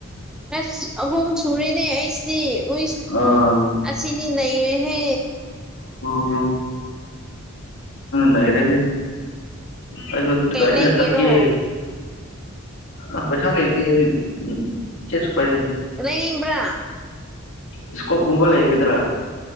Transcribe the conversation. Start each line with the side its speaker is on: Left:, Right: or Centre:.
Centre: ꯀ꯭ꯂꯁ ꯑꯍꯨꯝ ꯁꯔꯤꯦꯅꯦ ꯑꯩꯁꯤꯗꯤ ꯎ
Left: ꯑꯥ
Centre: ꯑꯁꯤꯁꯤꯗꯤ ꯅꯍꯦ
Left: ꯑꯣ ꯅꯔꯦ ꯑ
Centre: ꯀꯩ
Left: ꯀꯔꯤꯅ
Centre: ꯂꯩꯒꯦꯔꯣ
Left: ꯇ ꯀ ꯑ ꯄꯩꯁꯂꯇꯦꯁꯨꯄꯥꯏꯗꯦ
Centre: ꯑꯦ ꯅꯕ꯭ꯔꯥ
Left: ꯏꯁꯀꯣꯞꯒꯨꯝꯕꯂ ꯍꯦꯒꯗ꯭ꯔꯥ